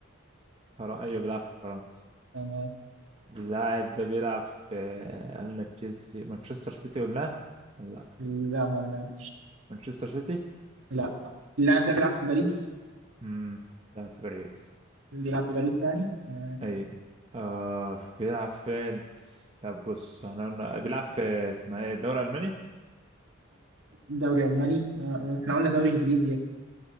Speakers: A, on the right; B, on the right.
A: فر... ايوه بيلعب في فرنسا
B: تمام.
A: اللاعب ده بيلعب في آه، قلنا تشيلسي مانشستر سيتي ولا لا
B: لا ما قلنا
A: مانشستر سيتي
B: لا اللاعب ده بيلعب في باريس
A: امم لا في باريس
B: بيلعب في باريس يعني آه،
A: اي آه بيلعب فين طب بص احنا قلنا بيلعب في اسمها ايه الدوري الالماني
B: دوري الماني آه، احنا قلنا دوري انجليزي